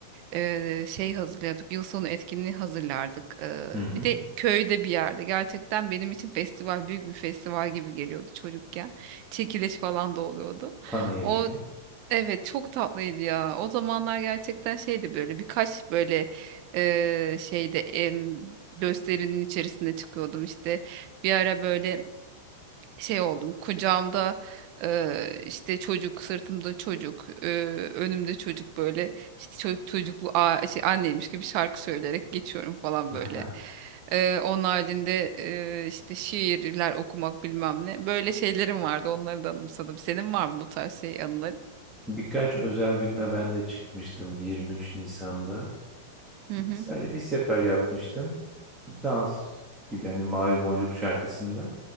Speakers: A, on the right (about 45°); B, in the centre.
A: e, şey hazırlıyorduk. Yıl sonu etkinliği hazırlardık. E,
B: hı hı.
A: bir de köyde bir yerde. Gerçekten benim için festival büyük bir festival gibi geliyordu çocukken. Çekiliş falan da oluyordu.
B: Panayır
A: O
B: gibi.
A: evet çok tatlıydı ya. O zamanlar gerçekten şeydi böyle birkaç böyle e, şeyde em, gösterinin içerisinde çıkıyordum işte. Bir ara böyle şey oldum kucağımda eee, işte çocuk sırtımda çocuk eee, önümde çocuk böyle işte çocuk çocuklu a- şey, anneymiş gibi şarkı söyleyerek geçiyorum falan
B: <laughs>
A: böyle. Eee onun haricinde eee, işte şiirler okumak bilmem ne böyle şeylerim vardı onları da anımsadım. Senin var mı bu tarz şey anıların?
B: Birkaç özel günle ben de çıkmıştım 23 Nisan'da.
A: Hı
B: Bir-
A: hı.
B: Sadece bir sefer yapmıştım. Dans gibi hani Mavi Boncuk şarkısında.